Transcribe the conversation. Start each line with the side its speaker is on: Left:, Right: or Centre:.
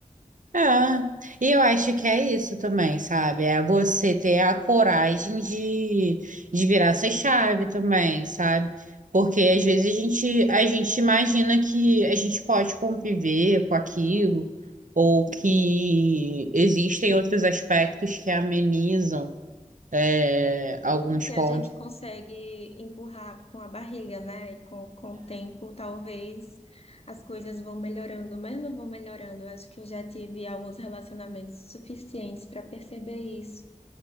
Right: É, e eu acho que é isso também, sabe? É você ter a coragem de, de virar essa chave também, sabe? Porque às vezes a gente, a gente imagina que a gente pode conviver com aquilo, ou que existem outros aspectos que amenizam. é, alguns
Left: O que
Right: pontos.
Left: a gente consegue empurrar com a barriga, né? E com, com o tempo, talvez as coisas vão melhorando, mas não vão melhorando. Eu acho que eu já tive alguns relacionamentos suficientes para perceber isso.